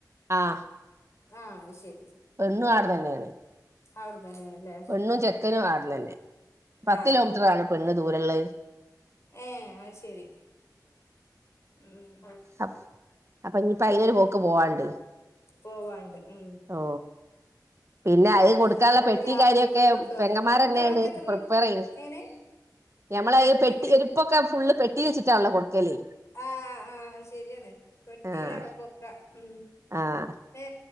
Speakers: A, on the right; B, on the left.
A: ആഹ്
B: ആ അയ് ശരി
A: പെണ്ണു ആട്ന്നന്നെണ്
B: അവ്ട്ന്നന്നെണ് ലെ
A: പെണ്ണും ചെക്കനും ആട്ന്നന്നെ പത്ത്
B: ആഹ്
A: കിലോമീറ്ററ ആണ് പെണ്ണ് ദൂരള്ള
B: ഏ അത് ശെരി ഉം
A: അപ് അപ്പ ഇഞ്ഞിപ്പ അയ്നോര്
B: പിന്നെ
A: പോക്ക് പോവാണ്ട്
B: പോവാണ്ട് ഉം
A: ഓ പിന്നെ അത് കൊട്ക്കാള്ള
B: അങ്ങനെ ഒരു
A: പെട്ടി
B: യാത്രയും
A: കാര്യക്കെ
B: കൂടി കിട്ടുവല്ലോ
A: പെങ്ങന്മാരന്നെണ്
B: കുട്ടികളൊക്കെ എത്രണ്ണണ്ട്
A: പ്രിപ്പയർയ്യ
B: എങ്ങനെ
A: ഞമ്മള അത് പെട്ടി
B: എങ്ങനെ
A: എരി ഇപ്പൊക്കെ ഫുള്ള് പെട്ടി വെച്ചിട്ടാണല്ലോ കൊടുക്കല്
B: ആ ആഹ് ശരിയാണ് പെട്ടിലാണ്
A: ആഹ്
B: ഇപ്പ ഒക്ക ഉം
A: ആഹ്
B: ഏ